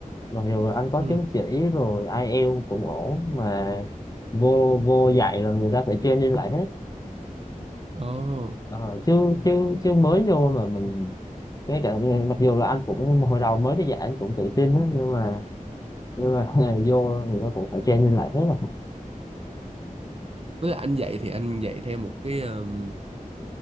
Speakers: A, on the left; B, on the right.
A: mặc dù anh có
B: ừ
A: chứng chỉ rồi ai IELTS cũng ổn mà vô vô dạy là người ta phải training lại hết
B: ồ
A: ờ, chứ chứ chứ mới vô mà mình cái cả mặc dù là anh cũng hồi đầu mới đi dạy anh cũng tự tin á nhưng mà nhưng mà <laughs> vô người ta cũng phải training lại hết rồi
B: với lại anh dạy thì anh dạy theo một cái ờm,